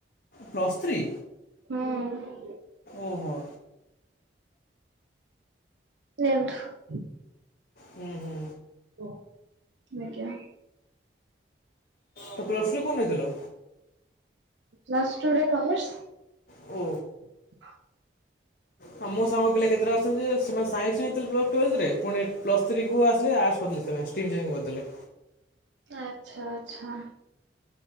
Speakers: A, on the left; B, on the right.
A: Plus three
B: ହୁଁ।
A: ଓହୋ।
B: ନିଅନ୍ତୁ।
A: ହୁଁ ହୁଁ।
B: ଓ ଆଜ୍ଞା।
A: ତ ପ୍ଲସ୍ ଟୁ କୋଉଠି ନେଇଥିଲ?
B: ପ୍ଲସ୍ ଟୁରେ କାମର୍ସ।
A: ଓ
B: <inaudible>
A: ହଁ ମୋସାଙ୍ଗ ପିଲା କେତେଟା ଅଛନ୍ତିଯେ ସେମାନେ ସାଇନ୍ସ ନେଇଥିଲେ ପ୍ଲସ୍ ଟୁଏଲ୍ଭରେ ପୁଣି ପ୍ଲସ୍ ଥ୍ରୀକୁ ଆସିଲେ ଆର୍ଟସ କରିଦେଲେ ସେ ମାଷ୍ଟିଙ୍ଗି ଜିଂ କରିଦେଲେ
B: ଆଛା ଆଛା